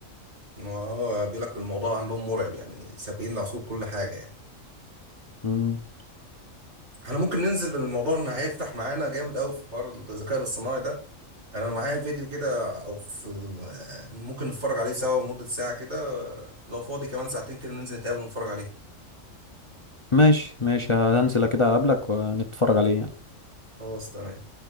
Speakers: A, on the right; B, on the left.
A: ما هو بيقول لك الموضوع عندهم مرعب يعني سابقين العصور كل حاجه يعني
B: مم.
A: احنا ممكن ننزل بالموضوع ان هيفتح معانا جامد قوي في حوار الذكاء الاصطناعي ده انا معايا فيديو كده او في ممكن نتفرج عليه سوا لمدة ساعة كده لو فاضي كمان ساعتين كده ننزل نتقابل ونتفرج عليه
B: ماشي ماشي هنزل كده اقابلك ونتفرج عليه يعني.
A: خلاص تمام